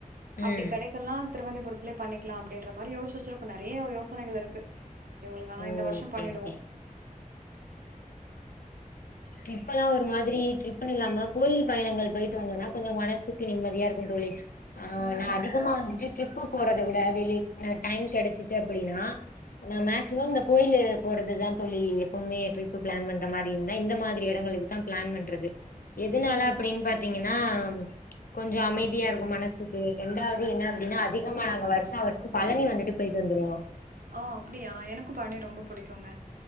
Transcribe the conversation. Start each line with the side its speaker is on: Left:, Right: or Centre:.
Left: ம்
Right: அப்டி கெடைக்கல்னா புரத்திலே பண்ணிக்லா அப்டின்ற மாரி யோசிச்சு வெச்சிருக்கோ நெறைய ஒரு யோசனைகள் இருக்கு இவுங்குளுக்கு ஆனா
Left: ஓ
Right: இந்த வர்ஷம்
Left: ஓகே
Right: பண்ணிடுவோ
Left: ஓகே ட்ரிப்பெல்லா ஒரு மாதிரி ட்ரிப்னு இல்லாம கோயில் பயணங்கள் போயிட்டு வந்தோனா கொஞ்சோ மனசுக்கு நிம்மதியா இருக்கு தோழி ஆ
Right: ம்.
Left: நா அதிகமா வந்துட்டு ட்ரிப்புப் போறத விட வெளி ந டைம் கெடச்சிச்சு அப்படின்னா நா மேக்ஸிமம் இந்த கோயிலு போறது தா தோழி எப்பவுமே ட்ரிப்பு பிளான் பண்ற மாரி இருந்தா இந்த மா திரி எடங்களுக்கு தா பிளான் பண்றது எதுனால
Right: ம்.
Left: அப்படின் பாத்திங்கன்னா கொஞ்சோ அமைதியா இருக்கு மனசுக்கு ரெண்டாவது என்ன அப்டின்னா அதிகமா நாங்க வர்சா வர்ஷா பழனி வந்துட்டு போயிட்டு வந்துருவோ
Right: ஓ அப்படியா எனக்கு பழனி ரொம்ப புடிக்குங்க